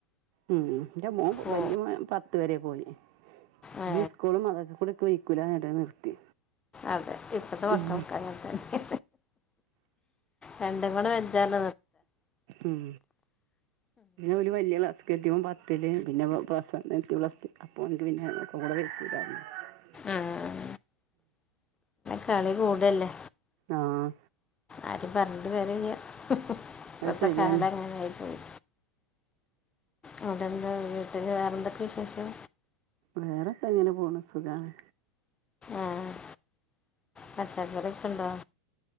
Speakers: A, on the right; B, on the left.
A: ഉം എന്റെ മോൻ
B: ഓ
A: വലിയ മോ പത്ത് വരെ പോയി
B: ആ
A: പി സ്കൂള മതസ കൂടി ഒ വക്കൂലട്ട നിർത്തി
B: അതെ ഇപ്പത്തെ മക്കൾക്കെ
A: ഉം.
B: അങ്ങനെ തന്നെ രണ്ട് കൂണ വച്ചാല
A: ഉം ഒരു വലിയ <unintelligible>
B: ആഹ് കളി കൂടല്ലേ
A: ആഹ്
B: ആരും പറഞ്ഞിട്ട് കാര്യം ഇല്ല ഇപ്പത്തെ
A: അത് ശരിയാണ്
B: കാലം അങ്ങനെയായി പോയി അവിടെന്താ വീട്ടില് വേറെന്തൊക്കെ വിശേഷം
A: വേറെത്ര ഇങ്ങനെ പോണു സുഖണ്
B: ആഹ് പച്ചകറിയൊക്കെ ഉണ്ടോ